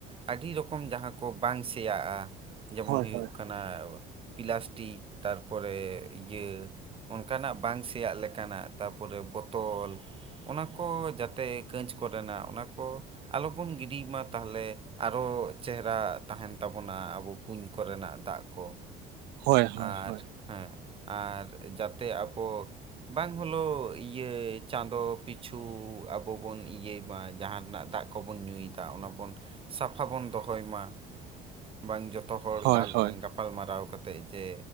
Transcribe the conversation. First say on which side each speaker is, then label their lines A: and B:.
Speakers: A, on the right; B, on the right.
A: ᱟᱹᱰᱤ ᱨᱚᱠᱚᱢ ᱡᱟᱦᱟᱸ ᱠᱚ ᱵᱟᱝ ᱥᱮᱭᱟᱜᱼᱟ, ᱡᱮᱢᱚᱱ
B: ᱦᱳᱭ
A: ᱦᱩᱭᱩᱜ
B: ᱦᱳᱭ
A: ᱠᱟᱱᱟᱼᱼ ᱚᱱᱟ ᱯᱤᱞᱟᱥᱴᱤᱠ, ᱛᱟᱨᱯᱚᱨᱮ ᱤᱭᱟᱹᱼᱼ ᱚᱱᱠᱟᱱᱟᱜ ᱵᱟᱝ ᱥᱮᱭᱟᱜ ᱞᱮᱠᱟᱱᱟᱜ, ᱛᱟᱯᱚᱨᱮ ᱵᱚᱛᱚᱞᱼᱼ ᱚᱱᱟ ᱠᱚ ᱡᱟᱛᱮ ᱠᱟᱺᱪ ᱠᱚᱨᱮᱱᱟᱜ ᱚᱱᱟ ᱠᱚ ᱟᱞᱚᱵᱚᱱ ᱜᱤᱰᱤᱭ ᱢᱟ ᱛᱟᱦᱚᱞᱮᱼᱼ ᱟᱨᱚ ᱪᱮᱦᱨᱟ ᱛᱟᱸᱦᱮᱱ ᱛᱟᱵᱚᱱᱟ ᱟᱵᱚ ᱠᱩᱧ ᱠᱚᱨᱮᱱᱟᱜ ᱫᱟᱜ ᱠᱚ ᱾
B: ᱦᱳᱭ ᱦᱳᱭ
A: ᱟᱨ
B: ᱦᱳᱭ
A: ᱦᱮᱸ ᱟᱨ ᱡᱟᱛᱮ ᱟᱵᱚᱼᱼ ᱵᱟᱝ ᱦᱚᱞᱳᱣ ᱤᱭᱟᱹ ᱪᱟᱸᱫᱚ ᱯᱤᱪᱷᱩ ᱟᱵᱚ ᱵᱚᱱ ᱤᱭᱟᱹᱭ ᱢᱟ ᱡᱟᱦᱟᱸ ᱨᱮᱱᱟᱜ ᱫᱟᱜᱼᱼ ᱟᱠᱚ ᱵᱚᱱ ᱧᱩᱭᱮᱫᱟ ᱚᱱᱟ ᱵᱚᱱ ᱥᱟᱯᱷᱟ ᱵᱚᱱ ᱫᱚᱦᱚᱭ ᱢᱟ ᱾ ᱵᱟᱝ ᱡᱚᱛᱚ ᱦᱚᱲ
B: ᱦᱳᱭ
A: ᱜᱟᱞ
B: ᱦᱳᱭ
A: ᱮᱱ ᱫᱚᱼᱼ ᱜᱟᱯᱟᱞ ᱢᱟᱨᱟᱣ ᱠᱟᱛᱮᱫ ᱡᱮ